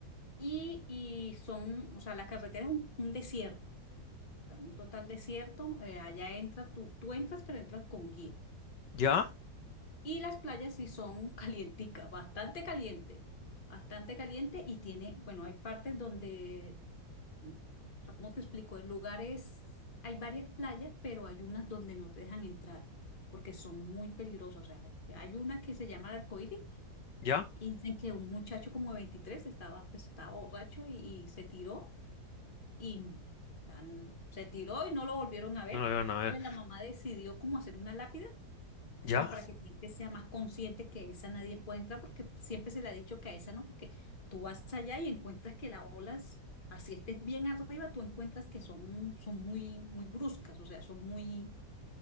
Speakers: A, on the left (about 30°); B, on the left (about 85°).
A: Y, y son, o sea, la carretera es un, un desierto, o sea, un total desierto. eh, allá entras, tú, tú entras, pero entras con guía.
B: ya,
A: Y las playas sí son <laughs> calienticas, bastante caliente, bastante caliente. Y tiene, bueno, hay partes donde, mm, o sea, ¿cómo te explico? En lugares, hay varias playas, pero hay unas donde no te dejan entrar porque son muy peligrosas. O sea, hay hay una que se llama el Arcoíris
B: ya,
A: Y dicen que un muchacho como de 23 estaba, pues, estaba borracho y, y se tiró y o sea, n- se tiró y no lo volvieron a ver.
B: no lo veo, a
A: Entonces
B: ver,
A: la mamá decidió como hacer una lápida,
B: ya,
A: como para que la gente sea más consciente que esa nadie puede entrar, porque siempre se le ha dicho que a esa no, porque tú vas allá y encuentras que las olas, así estés bien arriba, tú encuentras que son, son muy, muy bruscas, o sea, son muy,